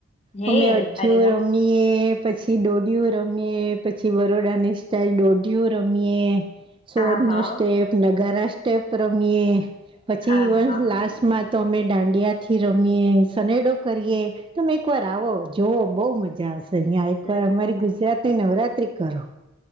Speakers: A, on the left; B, on the right.
A: હે
B: અમે અઠયુર
A: અરે વા
B: અમ એ પછી દોઢિય રમીએ પછી વરોડા ની સ્ટાઇલ દોઢિયો રમીએ સોડ
A: આ હા
B: નો સ્ટેપ નગારા સ્ટેપ રમીએે પછી
A: આ
B: ઇવન
A: હા
B: લાસ્ટમાં તો અમે દાંડિયાથી રમીએ સનેડો કરીએ
A: હમ
B: તમે એકવાર આવો જુઓ બહુ મજા આવશે અહં એકવાર
A: હમ હમ
B: અમારી
A: હમ
B: ગુજરાતની નવરાત્રી કરો